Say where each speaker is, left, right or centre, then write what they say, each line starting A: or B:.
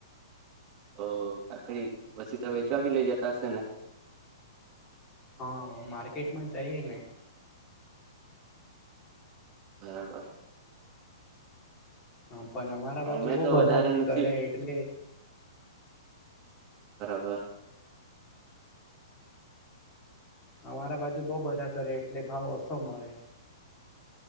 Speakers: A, on the right; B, on the left.
A: ઓ કાકડી પછી તો વેચવા ભી લઇ જતા હશે ને?
B: હા માર્કેટમાં જઈ ને.
A: બરાબર.
B: હા. પણ અમારા બાજુ
A: અમે
B: બહ
A: તો
B: બધા
A: વધારે નથી
B: કરે એટલે
A: રાબર.
B: અમારા બાજુ બઉ બધા કરે એટલે ભાવ ઓછો મળે.